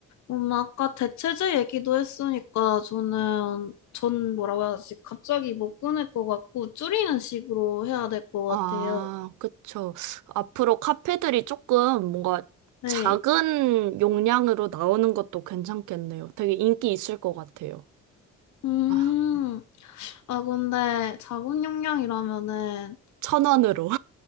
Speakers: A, on the left (about 70°); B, on the right (about 80°).
A: 음 아까 대체제 얘기도 했으니까 저는 전 뭐라고 해야지 갑자기 못 끊을 것 같고 줄이는 식으로 해야 될 것 같아요.
B: 아, 그쵸. 앞으로 카페들이 조금 뭔가
A: 네.
B: 작은 용량으로 나오는 것도 괜찮겠네요. 되게 인기 있을 것 같아요.
A: 음.
B: 아,
A: 아 근데 자본 용량이라면은
B: 천 원으로.